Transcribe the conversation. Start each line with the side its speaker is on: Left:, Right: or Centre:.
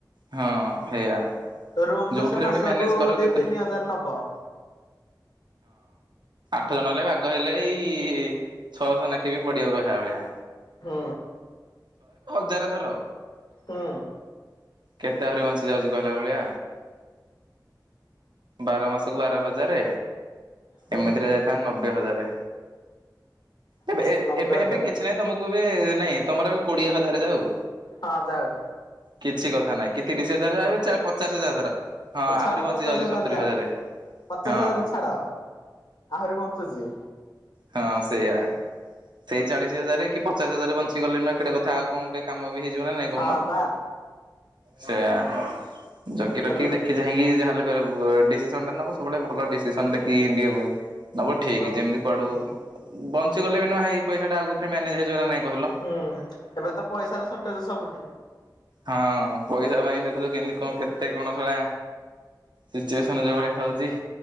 Right: ହଁ ହେଇଆ
Left: ରୁମ୍
Right: ଯୋଉଠାରେ
Left: ତ ସେ
Right: ଗୋଟେ
Left: ମାସକୁ
Right: ମ୍ୟାନେଜ କର
Left: ଦି
Right: କେତେ
Left: ତିନି
Right: ହଁ।
Left: ହଜାର ନବ।
Right: ଆଠ ଜଣ ହେଲେ ବାଗ ହେଲେ ଏଇଇଇ ଛଅଶ ନେଖେ ବି ପଡିବ କହିଲା ଭଳିଆ।
Left: ହୁଁ।
Right: ଜାର ଧର
Left: ହୁଁ।
Right: କେତେ ଆହୁରି ବଞ୍ଚି ଯାଉଛି କହିଲା ଭଳିଆ। ବାର ମାସକୁ ବାର ହଜାରେ
Left: ହୁଁ
Right: ଏମିତିରେ
Left: ହୁଁ
Right: ଯାଇଥାନ୍ତା ନବେ ହଜାରେ। ରେ। ତେବେ
Left: ଅଶୀ
Right: ଏ
Left: ନବେ
Right: ଏବେ
Left: ହଜାର
Right: ଏବେ କିଛି ନାହିଁ ତମକୁ ଏବେ ନାଇଁ ତମର ଏବେ କୋଡିଏ ହଜାରେ ଯାଉ
Left: ହଁ ଯାଉ।
Right: କିଛି କଥା ନାଇଁ। କି ତିରିଶ ହଜାର ଆଉ ଚା ପଚାଶ ହଜାର ଧର। ହଁ
Left: ଆଉ ଛାଡ
Right: ଆହୁରି ବଞ୍ଚି
Left: ପଚାଶ
Right: ଯାଉଛି
Left: ହଜାର
Right: ସତୁରି
Left: ଯାଉ,
Right: ହଜାରେ
Left: ପଚାଶ
Right: ହଁ
Left: ହଜାର ଛାଡ, ଆହୁରି ବଞ୍ଚୁଚି।
Right: ହଁ ସେଇଆ। ସେଇ ଚାଳିଶି ହଜାରେ କି ପଚାଶ ହଜାରେ ବଞ୍ଚି ଗଲେ ନା କେଡେ କଥା ଆଉ କଣ ଗୋଟେ କାମକୁ ହେଇଯିବ ନା ନାଇଁ କହୁନ?
Left: ହଁ ବା
Right: ସେଇୟା ଯ କି
Left: ଏନ୍
Right: ଦେଖିଚାଇଁକି ଯାହାଲେ ଯ ଉଁ ବା ଯଦି ଡିସିସନ ଟେ ନବ ସବୁବେଳେ ଭଲ ଡିସିସନ ନିଅବା ନବ ଠିକ୍
Left: ହଁ
Right: ଯେମିତି କୁଆଡୁ
Left: ହୁଁ।
Right: ବନ୍ <unintelligible> ପଇସା ଟା ଆଉ କୋଉଥିରେ ମ୍ୟାନେଜ୍ ହେଇଯିବ ନା ନାହିଁ କହିଲ
Left: ହୁଁ ଏବେ ତ ପଇସାର ସର୍ଟେଜ ସବୁଠି।
Right: ହଁ ପଇସା ପାଇଁ ଦେ ଖୁଚ କେମିତି କଣ କେତେ ଗୁଣଶଳା ସିଚୁଏସନ ଯୋଉ ଭଳିଆ ହଉଛି